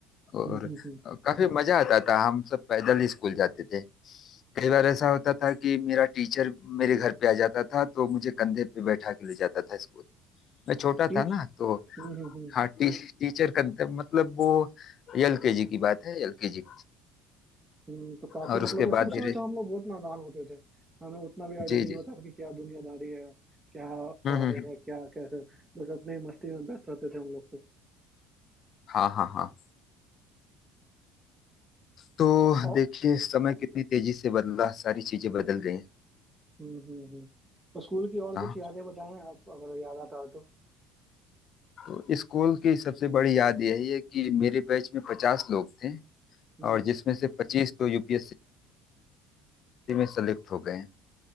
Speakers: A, on the left (about 50°); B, on the right (about 20°).
A: और
B: हम्म हम्म हम्म
A: काफी मजा आता था हम सब पैदल ही स्कूल जाते थे कई बार ऐसा होता था कि मेरा टीचर मेरे घर पे आ जाता था तो मुझे कंधे पे बैठा के ले जाता था स्कूल मैं छोटा
B: टीच
A: था ना तो
B: हम्म हम्म हम्म
A: हाँ टी, टीचर कंधे मतलब वो एलकेजी की बात है एलकेजी
B: हम्म, तो काफी
A: और
B: मतलब
A: उसके
B: उस
A: बाद
B: उस
A: धीरे
B: समय तो हम लोग बहुत नादान होते थे हमें उतना भी आइडिया
A: जी
B: नहीं
A: जी
B: होता था कि क्या दुनियादारी है क्या
A: हम्म
B: पढ़ाई
A: हम्म हम्म।
B: है क्या कैसे बस अपने मस्ती में व्यस्त रहते थे हम लोग को
A: हाँ हाँ हाँ तो
B: और
A: देखिए समय कितनी तेजी से बदला सारी चीजें बदल गई
B: हम्म हम्म हम्म। तो स्कूल की और
A: हाँ
B: कुछ यादें बताएं आप अगर याद आता है तो
A: तो स्कूल की सबसे बड़ी याद यही है कि मेरे बैच में पचास लोग थे
B: हम्म
A: और जिसमें से पच्चीस तो यूपीएससी में सेलेक्ट हो गए हैं